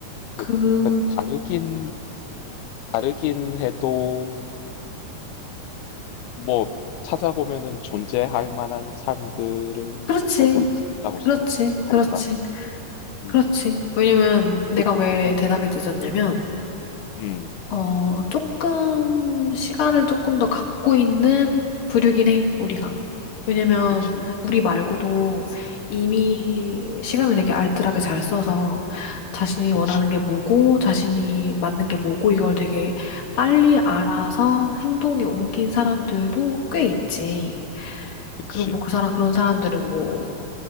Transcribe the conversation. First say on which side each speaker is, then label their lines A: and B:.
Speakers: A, on the left; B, on the left.
A: 그,
B: 그- 그 다르긴 다르긴 해도 뭐 찾아보면은 존재할 만한 삶들을
A: 그렇지.
B: 살고 있다고
A: 그렇지.
B: 생각하니까.
A: 그렇지.
B: 음,
A: 그렇지. 왜냐면 내가
B: 그,
A: 왜
B: 음,
A: 대답이 늦었냐면,
B: 음,
A: 어, 조금, 시간을 조금
B: 음,
A: 더 갖고 있는 부류긴 해, 우리가.
B: 음,
A: 왜냐면
B: 음, 그치,
A: 우리 말고도 이미
B: 음,
A: 시간을 되게 알뜰하게 잘 써서 자신이
B: 그치,
A: 원하는 게 뭐고, 자신이 맞는
B: 음,
A: 게 뭐고, 이걸 되게 빨리 알아서
B: 음,
A: 행동에 옮긴
B: 음,
A: 사람들도 꽤 있지.
B: 그치,
A: 그리고 뭐 그 사람 그런 사람들은 뭐